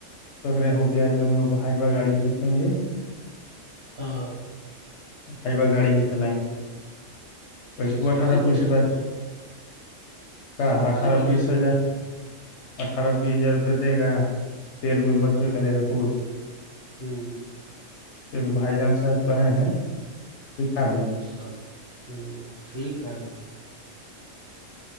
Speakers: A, on the left (about 65°); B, on the right (about 65°).
A: وغیرہ ہو گیا ایک دم ہائیوا گاڑی سیکھیں گے
B: ہاں
A: ہائیبا گاڑی ہی چلائیں گے بسو
B: ٹھیک سب
A: اٹھارہ
B: سے
A: بیس
B: بڑھیا
A: بائیس
B: سوچے
A: کا
B: سب
A: اٹھارہ
B: سے بڑھیا
A: بیس
B: سوچے
A: ہزار
B: ہیں
A: اٹھارا بیس ہزار روپیہ دے گا تیل میں بچوے
B: ہاں
A: کرے گا کچھ
B: ہوں
A: ایکگ بھائی جان صاحب کہے ہیں <unintelligible> سکھا دیں
B: اچ
A: گے
B: سا ہوں ٹھیک ہے وہ <inaudible>